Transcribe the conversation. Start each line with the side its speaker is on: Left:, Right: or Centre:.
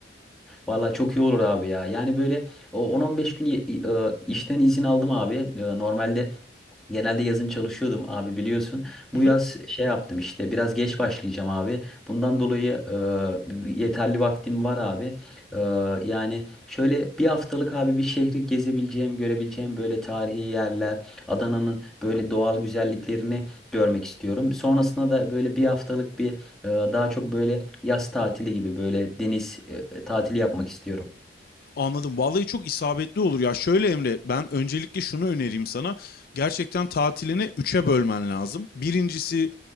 Centre: Valla çok iyi olur abi ya. Yani böyle o 10-15 gün ye- e, işten izin aldım abi. E, Normalde Genelde yazın çalışıyordum abi biliyorsun.
Left: Hı
Centre: Bu
Left: hı.
Centre: yaz şey yaptım işte biraz geç başlayacağım abi. Bundan dolayı e, yeterli vaktim var abi. E, yani şöyle bir haftalık abi bir şehri gezebileceğim, görebileceğim böyle tarihi yerler, Adana'nın böyle doğal güzelliklerini görmek istiyorum. Sonrasında da böyle bir haftalık bir e, daha çok böyle yaz tatili gibi böyle deniz e, tatili yapmak istiyorum.
Left: Anladım. Vallahi çok isabetli olur ya. Şöyle Emre, ben öncelikle şunu önereyim sana. Gerçekten tatilini üçe bölmen lazım. Birincisi